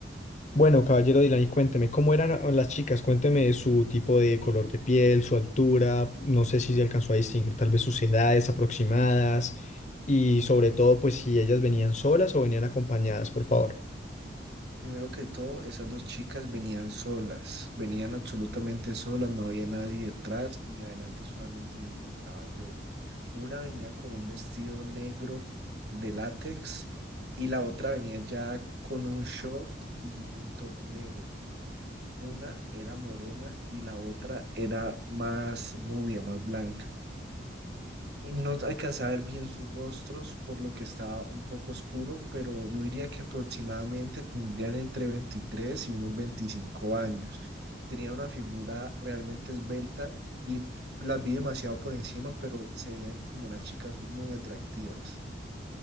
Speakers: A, on the left; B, on the right.
A: Bueno, caballero Dylan, y cuénteme, ¿cómo eran a- las chicas? Cuénteme su tipo de color de piel, su altura, no sé si se alcanzó a distinguir tal vez sus edades aproximadas y sobre todo, pues si ellas venían solas o venían acompañadas, por favor.
B: Primero que todo, esas dos chicas venían solas, venían absolutamente solas, no había nadie detrás y adelante solamente me encontraba yo. Una venía con un vestido negro de látex y la otra venía ya con un short y un top negro. Una era morena y la otra era más rubia, más blanca. No alcancé a ver bien sus rostros, por lo que estaba un poco oscuro, pero yo diría que aproximadamente tendrían entre 23 y unos 25 años. Tenían una figura realmente esbelta y las vi demasiado por encima, pero se veían como unas chicas muy atractivas.